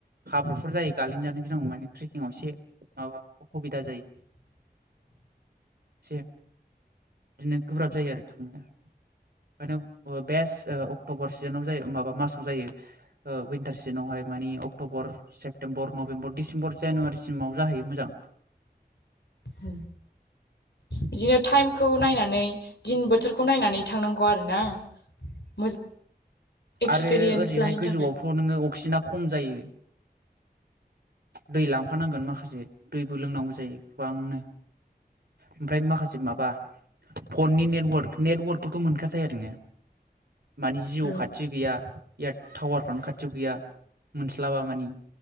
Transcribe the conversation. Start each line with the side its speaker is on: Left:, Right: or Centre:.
Right: हाब्रुफोर जायो गालिनोजानो गोनां माने ट्रेकिंआव एसे माबा असुबिदा जायो
Left: <inaudible>
Right: एसे बिदिनो गोब्राब जायो आरो थांनो ओखायनो बेस्ट अक्ट'बर सिजोनाव जायो माबा मासाव जायो विनटार सिजोनावहाय ओमफ्राय मानि अक्ट'बर सेप्तेम्बर नभेम्बर डिसेम्बर जानुवारिसिमाव जाहैयो मोजां
Left: <unintelligible> बिदिनो टाइमखौ नायनानै दिन बोथोरखौ नायनानै थांनांगौ आरोना <inaudible> एक्सपिरियेन्स
Right: आरो ओरैहाय
Left: लाहैनो
Right: गोजौआवथ'
Left: थाखाय
Right: नोङो अक्सिजेना खम जायो दै लांफानांगोन माखासे दैबो लोंनांगौ जायो गोबांनो ओमफ्राय माखासे माबा फननि नेटवारक नेटवारकखौथ' मोनखथाय नोङो माने जिउ
Left: औ
Right: खाथि गैया एयार टावारफ्रानो खाथियाव गैया मोनस्लाबा मानि